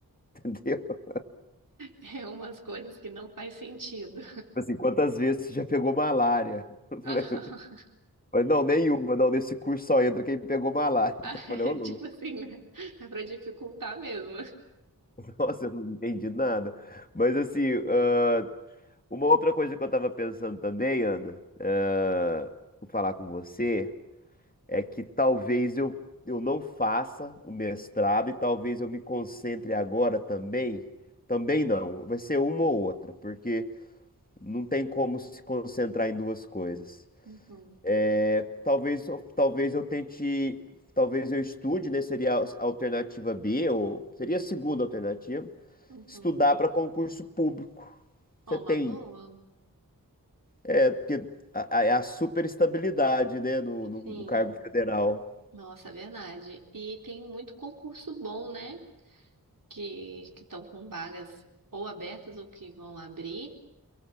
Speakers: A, on the left; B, on the right.
A: entendeu? Tipo
B: é umas coisas que não faz sentido.
A: Assim, quantas vezes você já pegou malária? <laughs> Eu
B: <laughs>
A: falei, mas não, nenhuma. Não, nesse curso só entra quem pegou malária.
B: Ah,
A: Então eu falei, ô,
B: é
A: louco,
B: tipo assim, né? É para dificultar mesmo.
A: <laughs> nossa, eu não entendi nada. Mas, assim, ah, uma outra coisa que eu tava pensando também, Ana, ah, vou falar com você, é que talvez eu, eu não faça o mestrado e talvez eu me concentre agora também. Também não, vai ser uma ou outra, porque não tem como se concentrar em duas coisas.
B: Uhum,
A: É, talvez, talvez eu tente, talvez eu estude, né? Seria a alternativa B, ou seria a segunda alternativa,
B: uhum.
A: estudar para concurso público. Você
B: Ó, uma
A: tem,
B: boa?
A: é porque a, a, é a super né, no, no,
B: Sim.
A: no cargo federal.
B: Nossa, é verdade. E tem muito concurso bom, né? Que que estão com vagas ou abertas ou que vão abrir.